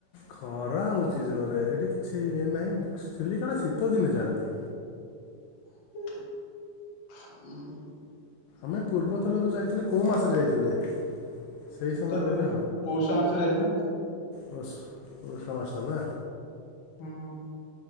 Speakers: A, on the left; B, on the left.
A: ଖରା ହଉଛି ଜୋରେ ସେଠି କିଛି ଇଏ ନାହିଁ ଚିଲିକାଟା ଶୀତଦିନେ ଯାଆନ୍ତି।
B: <inaudible>
A: ଆମେ ପୂର୍ବଥର ଯୋଉ ଯାଇଥିଲେ କୋଉ ମାସରେ ଯାଇଥିଲେ? ସେଇ
B: ଶୀତ
A: ସମୟରେ
B: ଦିନେ
A: ଗଲେ
B: ପୌଷ ମାସରେ ଯାଇଥିଲେ
A: ପୌସ୍ ପୌଷ ମାସ ନାଁ
B: ହଁ